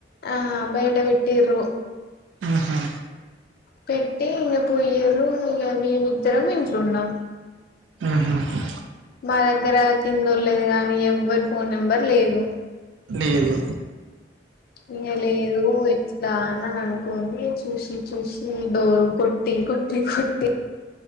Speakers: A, on the left; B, on the right.
A: ఆ బయట పెట్టిరూ
B: ఉహూ
A: పెట్టి ఇగ పోయిరు ఇగ మీమీద్దరం ఇంట్లునామ్
B: ఉహ్ హు
A: మా దగ్గర చిన్నోలూరు లేరు కానీ ఎవరు ఫోన్ నెంబర్ లేదు,
B: లేదు
A: ఇగ లేదు ఎట్లానా కొన్ని చూసి చూసి డోరు కొట్టి కొట్టి కొట్టి